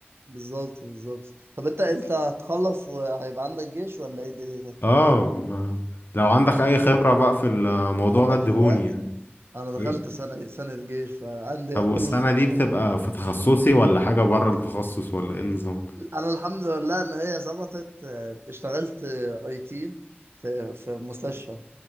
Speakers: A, on the right; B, on the left.
A: بالظبط بالظبط طب انت انت هتخلص وهيبقى عندك جيش ولا ايه دنيتك
B: اه ما لو عندك
A: عندك
B: اي خبرة بقى في الموضوع
A: عندك
B: ده ادهوني
A: اخوات
B: يعني
A: انا دخلت
B: ايه
A: سنة سنة جيش فعندي
B: طب
A: كل
B: والسنة
A: الخبرات
B: دي بتبقى في تخصصي ولا حاجة بره التخصص ولا ايه النظام
A: انا الحمد لله ان هي ظبطت آه، اشتغلت اي تي في في مستشفى